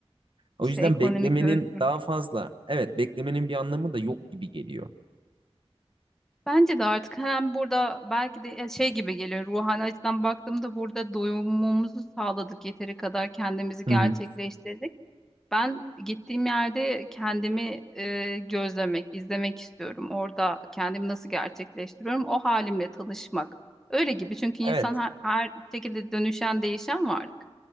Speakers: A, on the right (about 55°); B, in the centre.
A: O
B: İşte
A: yüzden
B: ekonomik
A: beklemenin
B: özgürlük.
A: daha fazla, evet beklemenin bir anlamı da yok gibi geliyor.
B: Bence de artık hem burada belki de ya şey gibi geliyor ruhani açıdan baktığımda burada doyumumuzu sağladık yeteri kadar kendimizi
A: Hı
B: gerçekleştirdik.
A: hı.
B: Ben gittiğim yerde kendimi e, gözlemek, izlemek istiyorum. Orada kendimi nasıl gerçekleştiriyorum, o halimle tanışmak. Öyle gibi çünkü
A: Evet,
B: insan her, her şekilde dönüşen, değişen varlık.